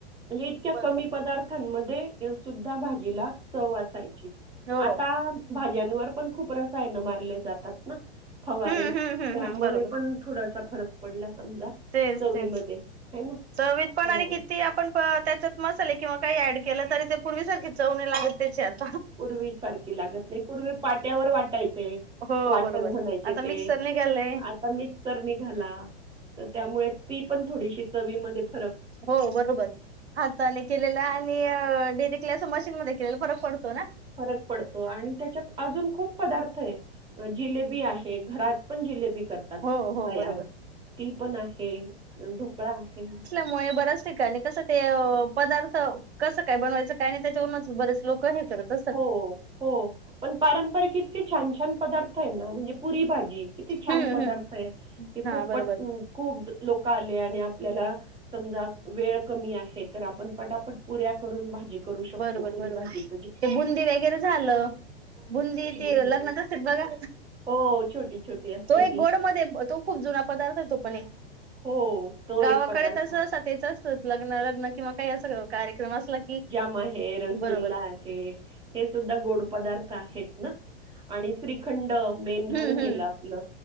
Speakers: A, on the right; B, on the right.
A: म्हणजे इतक्या
B: बरोबर
A: कमी पदार्थ ख मध्ये सुद्धा भाजीला चव असायची.
B: हो
A: आता भाज्यांवर पण खूप रसायन मारले जातात ना फवारे
B: हम्म हम्म हम्म
A: त्यामुळे
B: हम्म बरोबर
A: पण थोडासा फरक पडला समजा.
B: तेच
A: चवीमध्ये
B: तेच
A: है ना?
B: चवीत पण
A: हो.
B: आणि किती आपण त्याच्यात, मसाले किंवा काही ऍड केलं तरी, ते पूर्वीसारख चव नाही लागत तेच्यात.
A: पूर्वी सारखी लागत नाही, पूर्वी पाट्यावर वाटायचे.
B: हो
A: वाटण
B: बरोबर
A: म्हणायचे
B: आता मिक्सर
A: ते.
B: निघालय
A: आ- ता मिक्सर निघाला, त्यामुळे ती पण थोडीशी चवीमधे -
B: हो, बरोबर हाताने के- लेल आणि डेरेक्टली अस मशीन मध्ये केलेला फरक पडतो ना.
A: फरक पडतो आणि त्याच्यात अजून खूप पदार्थ आहे. जिलेबी आहे, घरात पण जिलेबी कर- तात,
B: हो हो
A: तयार
B: बरोबर
A: ती पण आहे, ढुकळा आहे.
B: मुळे बऱ्याच ठिकाणी कसं ते पदार्थ- कसं काय बनवायचं, काय नाही त्याच्यावरूनच बरेच लोक- करत असतात
A: हो, हो, पण पारंपरिक किती छान, छान पदार्थ आहे ना, म्हणजे- पुरी भाजी किती छान
B: हम्म
A: पदार्थ
B: हम्म
A: आहे हे
B: हा
A: खूप पट-
B: बरोबर
A: खूप लोक आले आणि आपल्याला- समजा वेळ कमी आहे, तर आपण पटापट पुऱ्या करून भाजी- करू शकतो,
B: बरोबर
A: पुरी
B: बरोबर
A: भाजीच-
B: ते बुंदी वगैरे झालं. बुंदी ते
A: बुंदी.
B: लग्नात असते बघा,
A: हो, छोटी-छोटी असते
B: तो एक
A: ती.
B: गोड- तो खूप जुना पदार्थ तो पण एक,
A: हो, तो
B: गावाकडे
A: एक पदार्थ
B: तस
A: आहे.
B: <unintelligible> <unintelligible> लग्न लग्न किंवा काही असं कार्यक्रम असला की-
A: मग हे रसगुल्ला
B: बरोबर
A: आहे, हे सुद्धा गोड पदार्थ आहेत ना? आणि श्रीखंड मेन
B: हम्म
A: राहून
B: हम्म
A: गेलं आपलं,